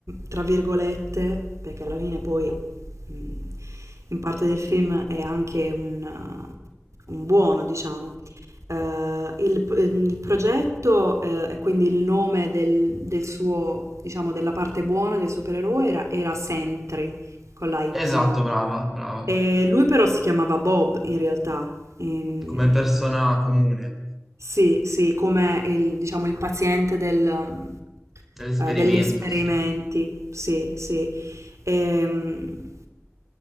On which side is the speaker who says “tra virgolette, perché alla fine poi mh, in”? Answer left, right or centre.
Right